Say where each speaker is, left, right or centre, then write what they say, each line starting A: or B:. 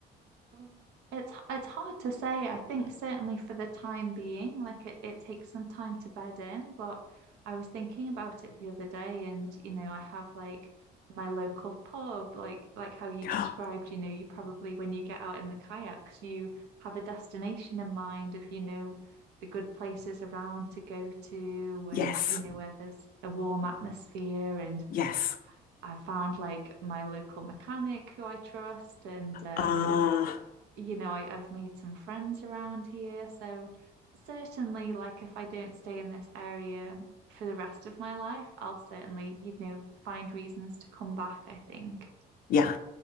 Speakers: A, on the right; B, on the left.
A: Mm. It's it's hard to say. I think certainly for the time being, like it, it takes some time to bed in, but I was thinking about it the other day and you know, I have like my local pub, like like how you
B: <gasps>
A: described, you know, you probably when you get out in the kayaks, you have a destination in mind of, you know, the good places around to go to
B: Yes.
A: and you know where there's a warm atmosphere and
B: Yes.
A: I found like my local mechanic who I trust and um
B: Ah,
A: you know, I, I've made some friends around here. So certainly, like if I don't stay in this area for the rest of my life, I'll certainly, you know, find reasons to come back, I think.
B: yeah.